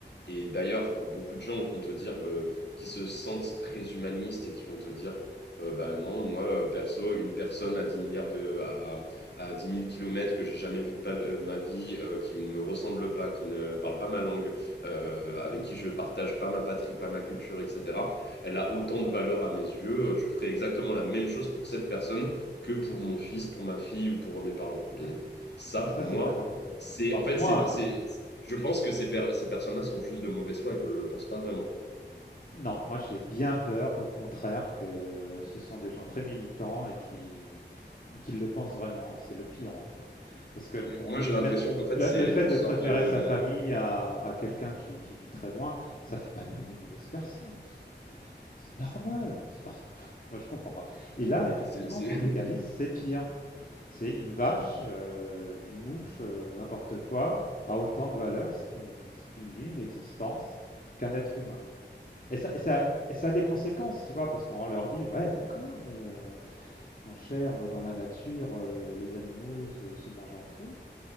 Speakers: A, on the left (about 65°); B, on the left (about 50°).
A: et d'ailleurs, beaucoup de gens vont te dire, euh, qui se sentent très humanistes et qui vont te dire, euh, bah non, moi, euh, perso, une personne à 10 milliards de, à, à dix mille kilomètres que j'ai jamais vu de pa- euh, ma vie, euh, qui ne me ressemble pas, qui ne parle pas ma langue, euh, avec
B: Mmh
A: qui je partage pas ma patrie, pas ma culture, etc., elle a autant de valeur à mes yeux. euh, Je ferai exactement la même chose pour cette personne que pour mon fils, pour ma fille ou pour mes parents. Mais
B: Ouais.
A: ça,
B: Ouais,
A: pour
B: ça,
A: moi,
B: c'est pas normal, en
A: c'est
B: fait. Pas
A: en
B: pour
A: fait, c'est,
B: moi, c'est
A: c'est- je pense que ces, per-
B: ouais.
A: ces personnes-là sont juste de mauvaise foi et qu'elles ne le pensent pas vraiment.
B: Non, moi, j'ai bien peur, au contraire, que ce sont des gens très militants et qui et qui le pensent vraiment et c'est le pire, en fait. Parce que, bon,
A: M- Moi,
B: le
A: j'ai
B: fait
A: l'impression qu'en fait,
B: le
A: c'est
B: le fait
A: une
B: de
A: sorte.
B: préférer
A: euh,
B: sa famille à à quelqu'un qui qui vit très loin, ça fait pas de nous des mauvaises personnes. C'est c'est normal, c'est part moi, je comprends pas et là, effectivement,
A: c'est- c'est-
B: pour le
A: <laughs>
B: véganisme, c'est pire. c'est une vache, euh, une mouche, euh, n'importe quoi, a autant de valeur, c'est une, c'est une vie, une existence, qu'un être humain. Et ça, et, ça, et ça a des conséquences, tu vois, parce qu'on leur dit, ouais, d'accord, mais euh, mon cher, euh, dans la nature, euh, les animaux se, se mangent entre eux.